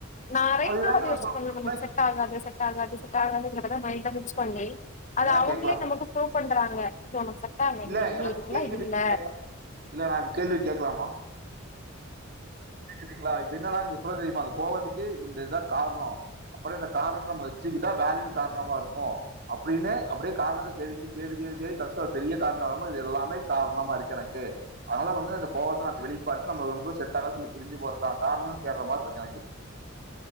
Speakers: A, on the left; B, on the right.
A: நறைவா
B: அதுதாங்க நான்
A: யோச்சுக்கோங்க
B: சொல்றேன். அப்புறம்
A: நமக்கு செட் ஆகாது செட் ஆகாது செ <unintelligible>
B: இந்த
A: அத
B: எனக்கு
A: அவங்களே
B: கேட்கலாமா?
A: நமக்கு பண்றாங்க இது உனக்கு செட் ஆகாது.
B: இல்ல
A: நீ நீ
B: எனக்கு
A: இதுக்கெல்லாம்
B: கேள்வி
A: இது
B: இருக்கு
A: இல்ல.
B: கேக்க இல்ல நான் கேள்வி கேக்கலாமா கேக்குதுங்களா என்ன சொல்ல தெரியுமா அந்த கோவத்துக்கே இதுதான் காரணம் அப்புறம் நம்ம காரணம் வச்சுகிட்டா வேலிட்டு காரணமா இருக்கும் அப்படின்னு அப்படியே காரணத்த தேடிக்கிட்டு தேடி தேடி தேடி கடைசியா பெரிய காரணம் வரும்போது இது எல்லாமே காரணமா இருக்கு எனக்கு அதனால வந்து அந்த கோத்தை வெளிகாட்டாத சொல்லி பிரிஞ்சு போறதுக்கான காரணம் தேடுற மாதிரி இருக்கு எனக் தெரிஞ்